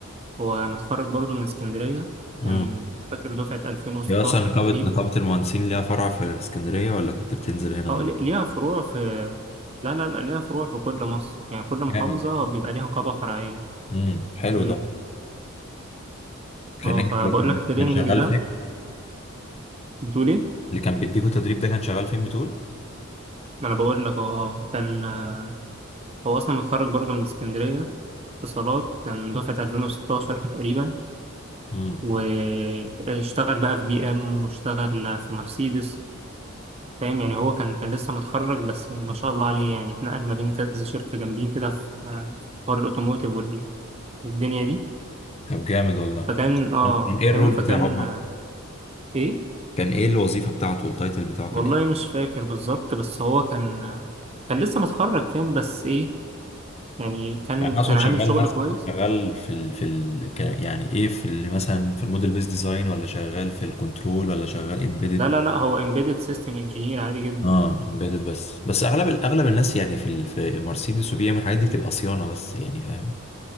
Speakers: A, on the right (about 30°); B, on the left (about 30°).
A: هو متخرج برضه من اسكندرية
B: اه
A: كان مش فاكر دفعة 2016
B: هي اصلا نقابة
A: تقريبا
B: نقابة المهندسين ليها فرع في في اسكندرية ولا كنت بتنزل هنا
A: اه
B: ولا
A: لي- ليها فروع في لا لا لا ليها فروع في كل مصر يعني كل محافظة
B: جامد
A: بيبقى ليها نقابة فرعية
B: امم حلو
A: امم
B: ده كان
A: اه
B: ايه
A: فبقول لك التريننج
B: كان شغال
A: ده
B: فين
A: بتقولي
B: اللي كان بيديكوا تدريب ده كان شغال فين بتقول
A: ما انا بقول لك هو اه كان آه، هو اصلا متخرج برضه من اسكندريه اتصالات كان دفعه 2016 تقريبا
B: امم
A: واشتغل بقى في بي ام واشتغل في مرسيدس فاهم يعني هو كان كان لسه متخرج بس يعني ما شاء الله عليه يعني اتنقل ما بين كذا شركه جامدين كده في آه، في حوار الاوتوموتيف وال- والدنيا دي
B: طب جامد والله
A: فكان اه
B: كان كان ايه الرول
A: فاهم فكان
B: بتاعه بقى
A: آه، ايه
B: كان ايه الوظيفة بتاعته التايتل بتاعه
A: والله
B: كان ايه؟
A: مش فاكر بالظبط بس هو كان آه، كان لسه متخرج فاهم بس ايه يعني كان
B: يعني أنا
A: كان
B: اقصد
A: عامل
B: شغال
A: شغل
B: مثلا
A: كويس
B: شغال في ال... في ال... ك... يعني ايه في ال... مثلا في الموديل بيس ديزاين ولا شغال في الكنترول ولا شغال امبيدد
A: لا لا لا هو embedded system engineer عادي جدا
B: اه امبيدد بس بس اغلب اغلب الناس يعني في ال... في مرسيدس وبي ام الحاجات دي بتبقى صيانه بس يعني فاهم